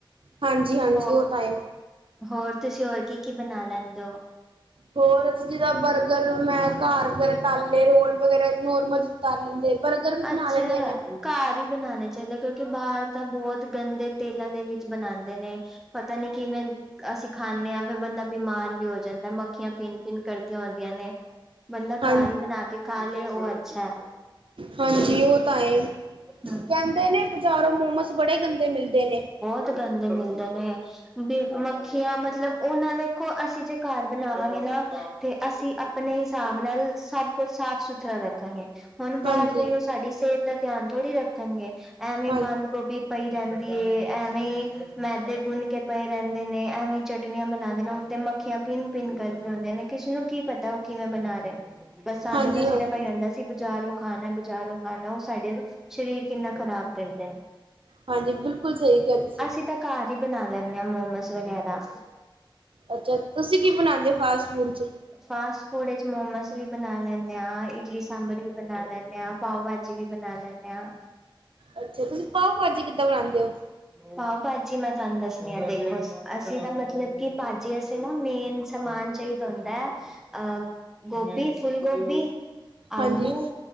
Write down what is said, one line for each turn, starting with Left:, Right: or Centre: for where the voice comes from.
Right: ਹਾਂਜੀ ਹਾਂਜੀ
Centre: ਹੋ
Right: ਉਹ ਤਾਂ ਹੈ।
Centre: ਹੋਰ ਤੁਸੀਂ ਹੋਰ ਕੀ ਕੀ ਬਣਾ ਲੈਂਦੇ ਹੋ।
Right: ਹੋਰ ਜਿੱਦਾਂ ਬਰਗਰ ਮੈਂ ਘਰ ਵਗੈਰਾ ਤਾਲੇ ਰੋਲ ਵਗੈਰਾ ਨਰਮਲ ਤਾਲ ਲੈਂਦੇ। ਬਰਗਰ ਵੀ ਬਣਾ
Centre: ਅੱਛਾ
Right: ਲੈਂਣੀ ਹਾਂ ਮੈਂ।
Centre: ਘਰ ਹੀ ਬਣਾਉਣਾ ਚਾਹੀਦਾ ਕਿਉਂਕਿ ਬਾਹਰ ਤਾਂ ਬਹੁਤ ਗੰਦੇ ਤੇਲਾਂ ਦੇ ਵਿੱਚ ਬਣਾਉਂਦੇ ਨੇ। ਪਤਾ ਨੀ ਕਿਵੇਂ ਅਸੀਂ ਖਾਣੇ ਹਾਂ ਫਿਰ ਬੰਦਾ ਬਿਮਾਰ ਵੀ ਹੋ ਜਾਂਦਾ ਮੱਖੀਆਂ ਭਿਣ ਭਿਣ ਕਰਦੀਆਂ ਹੁੰਦੀਆਂ ਨੇ। ਬੰਦਾ
Right: ਹਾਂ
Centre: ਘਰ ਹੀ ਬਣਾ ਕੇ ਖਾ ਲਏ ਉਹ ਅੱਛਾ ਹੈ।
Right: ਹਾਂਜੀ ਉਹ ਤਾਂ ਹੈ ਕਹਿੰਦੇ
Centre: ਹਮ
Right: ਨੇ ਬਜ਼ਾਰੋਂ ਮੋਮਸ ਬੜੇ ਗੰਦੇ ਮਿਲਦੇ ਨੇ।
Centre: ਬਹੁਤ ਗੰਦੇ ਮਿਲਦੇ ਨੇ। ਬੀ ਮੱਖੀਆਂ ਮਤਲਬ ਉਹ ਨਾ ਦੇੇਖੋ ਅਸੀਂ ਜੇ ਘਰ ਬਣਾਵਾਂਗੇ ਨਾ। ਤੇ ਅਸੀਂ ਆਪਣੇ ਹਿਸਾਬ ਨਾਲ ਸਭ ਕੁਛ ਸਾਫ ਸੁਥਰਾ ਰੱਖਾ ਗੇ ਹੁਣ
Right: ਹਾਂਜੀ
Centre: ਬਾਹਰ ਕੋਈ ਉਹ ਸਾਡੀ ਸਿਹਤ ਦਾ ਧਿਆਨ ਥੋੜ੍ਹੀ ਰੱਖਣਗੇ ਐਵੇਂ
Right: ਹਾਂ
Centre: ਬੰਦ ਗੋਭੀ ਪਈ ਰਹਿੰਦੀ ਏ ਐਵੇਂ ਮੈਦੇ ਗੁੰਨ ਕੇ ਪਏ ਰਹਿੰਦੇ ਨੇ ਐਵੇਂ ਚਟਨੀ ਆਂ ਬਣਾਉਂਦੇ ਨੇ ਉਤੇ ਮੱਖੀਆਂ ਭਿੰਨ ਭਿੰਨ ਕਰਦੇ ਹੁੰਦੇ ਨੇ ਕਿਸੇ ਨੂੰ ਕੀ ਪਤਾ ਉਹ ਕਿਵੇਂ ਬਣਾ ਰਹੇ। ਬਸ ਸਾਨੂੰ
Right: ਹਾਂਜੀ
Centre: ਤਾਂ ਸਿਰਫ
Right: ਹਾਂਜੀ
Centre: ਆਹੀ ਆਂਦਾ। ਅਸੀਂ ਬਾਜ਼ਾਰੋਂ ਖਾਣਾ ਬਜ਼ਾਰੋਂ ਖਾਣਾ ਉਹ ਸਾਡੇ ਸ਼ਰੀਰ ਕਿੰਨਾ ਖ਼ਰਾਬ ਕਰਦੇ ਨੇ।
Right: ਹਾਂਜੀ ਬਿਲਕੁਲ ਸਹੀ ਕਿਹਾ ਤੁਸੀਂ।
Centre: ਅਸੀਂ ਤਾਂ ਘਰ ਹੀ ਬਣਾ ਲੈਂਦੇ ਹਾਂ ਮੋਮੋਸ ਵਗੈਰਾ।
Right: ਅੱਛਾ ਤੁਸੀਂ ਕੀ ਬਣਾਉਂਦੇ ਹੋ ਫਾਸਟ ਫੂਡ ਚ।
Centre: ਫਾਸਟ ਫੂਡ ਵਿੱਚ ਮੋਮੋਸ ਵੀ ਬਣਾ ਲੈਂਦੇ ਹਾਂ ਇਡਲੀ ਸਾਂਬਰ ਵੀ ਬਣਾ ਲੈਂਦੇ ਆ ਪਾਵ। ਵੀ ਬਣਾ ਲੈਂਦੇ ਹਾਂ।
Right: ਅੱਛਾ ਤੁਸੀਂ ਪਾਓ ਭਾਜੀ ਕਿੱਦਾਂ ਬਣਾਉਂਦੇ ਹੋ।
Centre: ਪਾਓ ਭਾਜੀ ਮੈਂ ਤੁਹਾਨੂੰ ਦੱਸਣੀ ਆ ਦੇਖੋ ਅਸੀਂ ਤਾਂ ਮਤਲਬ ਕਿ ਭਾਜੀ। ਚ ਅਸੀਂ ਨਾ ਮੇਨ ਸਮਾਨ ਚਾਹੀਦਾ ਹੁੰਦਾ ਹੈ। ਅ ਗੋਭੀ ਫੁੱਲ ਗੋਭੀ
Right: ਹਾਂਜੀ
Centre: ਆਲੂ।